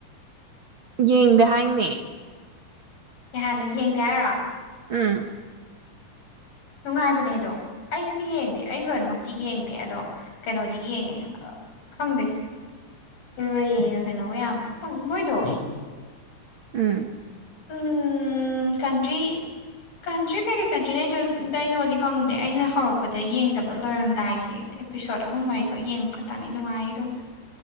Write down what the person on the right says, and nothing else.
ꯌꯦꯡꯗꯦ ꯍꯥꯏꯅꯦ
ꯎꯝ
ꯎꯝ